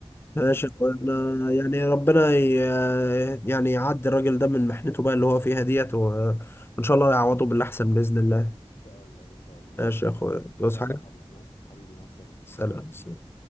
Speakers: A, on the left; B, on the left.
A: ماشي
B: فهنتقابل
A: يا أخويا
B: ان
A: أنا
B: شاء الله
A: يعني
B: ون...
A: ربنا ي... يعني يعدي الراجل ده من محنته بقى اللي هو فيها ديت و... وإن شاء الله يعوضه بالأحسن بإذن الله
B: ان شاء الله ان شاء الله
A: ماشي يا أخويا تصحى
B: يلا يا حبيبي مع- حبيبي مع السلامه
A: سلام سلام